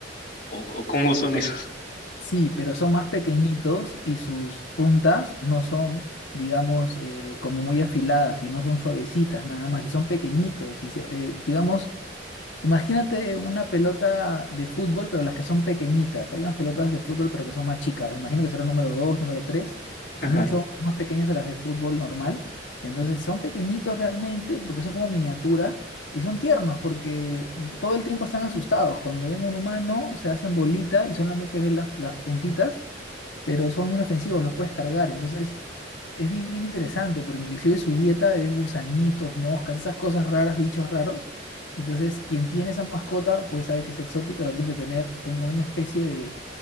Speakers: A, on the left; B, on the left.
A: o o cómo son esos?
B: Sí, pero son más pequeñitos y sus puntas no son, digamos, eh, como muy afiladas y no son suavecitas nada más, y son pequeñitos. Y se- eh, digamos, Imagínate una pelota de fútbol, pero las que son pequeñitas. Hay unas pelotas de fútbol, pero que son más chicas. Me imagino que será número 2, número 3,
A: Ajá.
B: mucho más pequeñas a las de fútbol normal. Entonces son pequeñitos realmente porque son como miniatura y son tiernos porque mm, todo el tiempo están asustados. Cuando ven un humano se hacen bolita y solamente ven las, las puntitas pero son inofensivos, los puedes cargar. Entonces, es bien, bien interesante porque inclusive su dieta es gusanitos, moscas, esas cosas raras, bichos raros. Entonces, quien tiene esa mascota, pues sabe que es exótica, lo tiene que tener como una especie de,